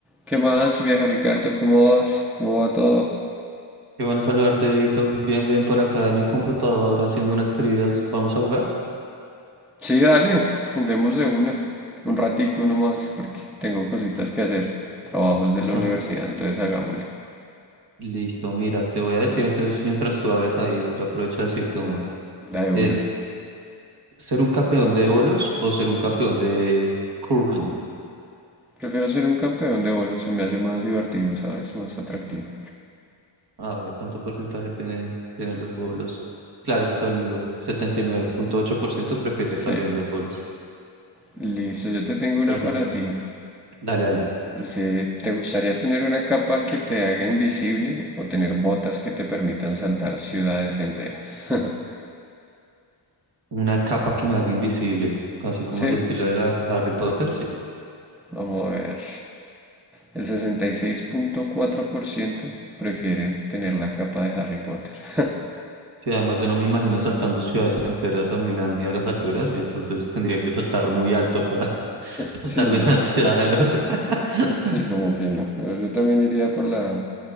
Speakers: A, in the centre; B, on the right (about 55°).
A: ¿Qué más, viejo Ricardo? ¿Cómo vas? ¿Cómo va todo?
B: Qué bueno saludarte, Dieguito. Bien, bien por acá en el computador haciendo unas trivias. ¿Vamos a jugar?
A: Sí, dale, juguemos de una, un ratico nomás, porque tengo cositas que hacer, trabajos de la
B: No,
A: universidad, entonces hagámosle,
B: listo, mira, te voy a decir entonces mientras tú abres ahí, yo aprovecho a decirte una.
A: la de
B: Es
A: una.
B: ser un campeón de bolos o ser un campeón de curling.
A: Prefiero ser un campeón de bolos, se me hace más divertido, ¿sabes? Más atractivo.
B: A ver, ¿cuánto porcentaje tiene, tienen los bolos? Claro, todo el mundo. 79.8% prefiere
A: Sí,
B: también los bolos.
A: listo, yo te tengo una
B: Perdóname.
A: para ti.
B: Dale, dale.
A: Dice, ¿te gustaría tener una capa que te haga invisible o tener botas que te permitan saltar ciudades enteras? <laughs>
B: Una capa que me haga invisible, casi como
A: Sí,
B: el estilo de la Harry Potter, sí.
A: vamos a ver. El sesenta y seis punto cuatro por ciento prefiere tener la capa de Harry Potter. <laughs>
B: Sí, además yo no me imagino saltando ciudades enteras, a mí me dan miedo las alturas y entonces tendría que saltar muy alto para <laughs>
A: Sí,
B: pasar
A: no.
B: de una ciudad a la otra <laughs>
A: Sí, como que no. Yo, yo también iría por la,